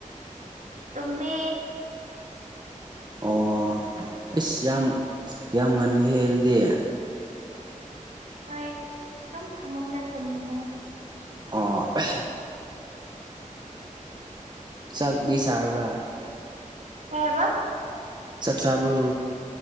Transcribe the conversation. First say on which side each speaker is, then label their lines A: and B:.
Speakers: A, on the right (about 65°); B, on the right (about 30°).
A: ꯇꯨꯝꯃꯦ
B: ꯑꯣ ꯑꯩꯁ ꯌꯥꯝ ꯌꯥꯝ ꯉꯟꯅꯤꯍꯦ ꯑꯗꯨꯗꯤ
A: ꯍꯣꯏ ꯇꯨꯝ ꯐꯃꯨꯡꯗ ꯇꯨꯝꯕꯅꯦ
B: ꯑꯣ ꯑꯁ ꯆꯥꯛꯗꯤ ꯆꯥꯔꯕ꯭ꯔꯥ
A: ꯀꯩ ꯍꯥꯢꯕ
B: ꯆꯥꯛ ꯆꯥꯕꯔꯣ